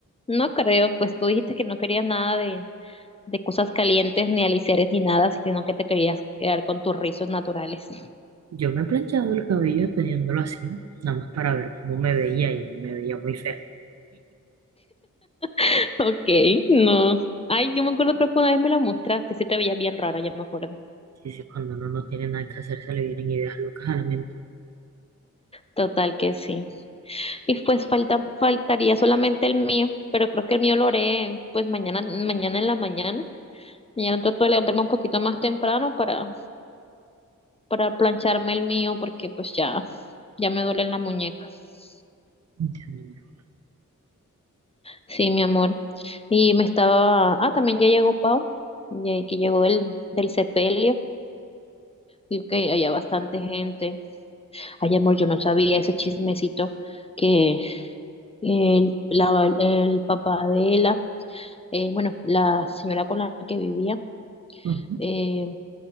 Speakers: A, on the left (about 20°); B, on the right (about 55°).
A: no creo, pues tú dijiste que no querías nada de, de cosas calientes, ni aliciares, ni nada, sino que te querías quedar con tus rizos naturales.
B: Yo me he planchado el cabello teniéndolo así, nada más para ver cómo me veía y me veía muy fea.
A: <laughs> Ok, no. Ay, yo me acuerdo, creo que una vez me lo mostraste, sí te veías bien rara, ya me acuerdo.
B: sí sí cuando uno no tiene nada que hacer, se le vienen ideas locas a la mente.
A: Total que sí. Y pues falta, faltaría solamente el mío, pero creo que el mío lo haré pues mañana, mañana en la mañana. Mañana trato de levantarme un poquito más temprano para, para plancharme el mío porque pues ya, ya me duelen las muñecas.
B: Entiendo.
A: Sí, mi amor. Y me estaba, ah, también ya llegó Pau, ya que llegó del, del sepelio. Y que había bastante gente. Ay, amor, yo no sabía ese chismecito que el, la- el papá de la, eh, bueno, la señora con la que vivía
B: Ujú.
A: Eh,